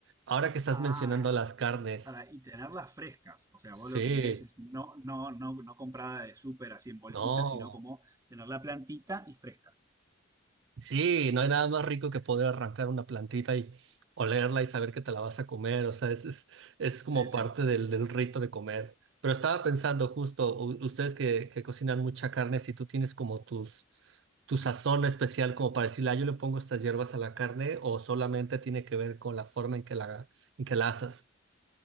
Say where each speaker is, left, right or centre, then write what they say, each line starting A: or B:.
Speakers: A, on the right; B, on the right.
A: Ahora que estás
B: Ah,
A: mencionando las carnes,
B: y, t- para, y tenerlas frescas. O sea,
A: sí,
B: vos lo que querés es no, no, no, no comprada de súper así en bolsitas,
A: no,
B: sino como tener la plantita y fresca.
A: sí, no hay nada más rico que poder arrancar una plantita y olerla y saber que te la vas a comer, o sea, es, es, es como
B: Sí, sí.
A: parte del, del rito de comer. Pero estaba pensando justo, u- ustedes que, que cocinan mucha carne, si tú tienes como tus, tu sazón especial como para decirle, ah, yo le pongo estas hierbas a la carne o solamente tiene que ver con la forma en que la, en que la asas.